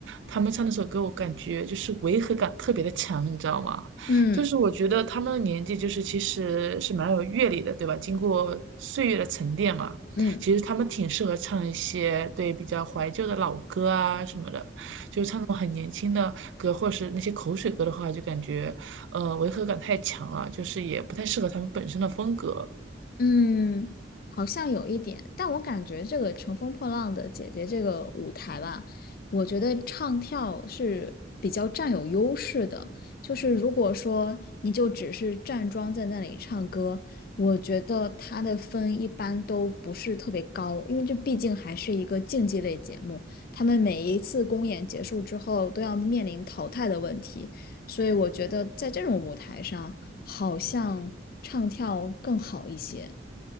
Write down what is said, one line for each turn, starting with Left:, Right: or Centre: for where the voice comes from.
Right: 他们唱那首歌，我感觉就是违和感特别的强，你知道吗？
Left: 嗯
Right: 就是我觉得他们的年纪就是其实是蛮有阅历的，对吧？经过岁月的沉淀嘛，
Left: 嗯。
Right: 其实他们挺适合唱一些对比较怀旧的老歌啊什么的，就唱那种很年轻的歌，或是那些口水歌的话，就感觉呃违和感太强了，就是也不太适合他们本身的风格。
Left: 嗯，好像有一点，但我感觉这个《乘风破浪的姐姐》这个舞台吧，我觉得唱跳是比较占有优势的。就是如果说你就只是站桩在那里唱歌，我觉得它的分一般都不是特别高，因为这毕竟还是一个竞技类节目，他们每一次公演结束之后都要面临淘汰的问题，所以我觉得在这种舞台上，好像唱跳更好一些。